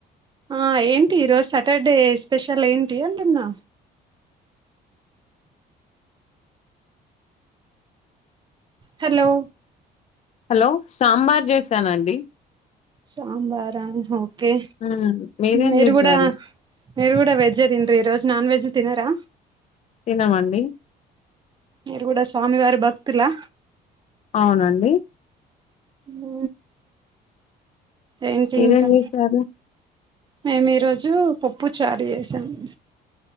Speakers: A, on the right (about 25°); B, on the left (about 40°).
A: ఆ ఏంటి ఈ రోజు సాటర్డే స్పెషల్ ఏంటి అంటున్నా హలో
B: హలో సాంబార్ చేసానండి
A: సాంబారా ఓకే
B: మ్మ్ మీరేం
A: మీరు
B: చేశారు
A: కూడా మీరు కూడా వెజ్ తింట్రా ఈ రోజు నాన్ వెజ్ తినరా
B: తినమండి
A: మీరు కూడా స్వామి వారి భక్తులా
B: అవునండి
A: ఊ ఏంటి
B: మీరేం
A: ఇంకా
B: చేశారు
A: మేము ఈరోజు పప్పు చారు చేసాము